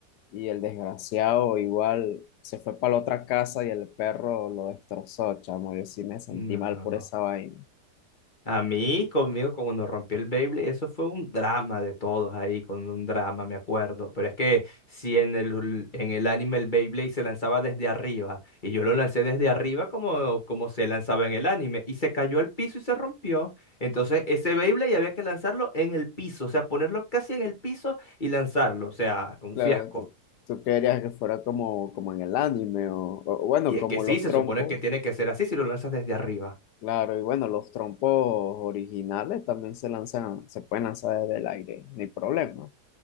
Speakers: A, on the left (about 80°); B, on the left (about 30°).
A: y el desgraciado igual se fue para la otra casa y el perro lo destrozó, chamo. Yo sí me sentí
B: No.
A: mal por esa vaina.
B: A mí, conmigo, cuando rompí el Beyblade, eso fue un drama de todos ahí, con un drama, me acuerdo. Pero es que si en el, en el anime el Beyblade se lanzaba desde arriba, y yo lo lancé desde arriba como, como se lanzaba en el anime, y se cayó al piso y se rompió. Entonces, ese Beyblade había que lanzarlo en el piso, o sea, ponerlo casi en el piso y lanzarlo, o sea, un
A: Claro,
B: fiasco.
A: tú, tú querías que fuera como, como en el anime o, o bueno,
B: Y es
A: como
B: que sí,
A: los
B: se
A: trompos
B: supone que tiene que ser así si lo lanzas desde arriba.
A: Claro, y bueno, los trompos originales también se lanzan, se pueden lanzar desde el aire, no hay problema.